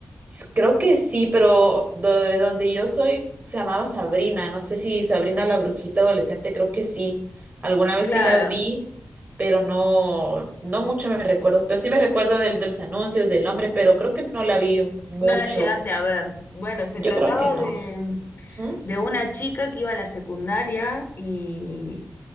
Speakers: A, on the right; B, on the left.
A: s- creo que sí, pero do- de donde yo soy se llamaba Sabrina. No sé si Sabrina la brujita adolescente, creo que sí. Alguna vez
B: Claro,
A: sí la vi, pero no, no mucho me recuerdo. Pero sí me recuerdo del, de los anuncios, del nombre, pero creo que no la vi mucho.
B: no la llegaste a ver. Bueno, se
A: Yo
B: trataba
A: creo que no.
B: de,
A: Ujú,
B: de una chica que iba a la secundaria y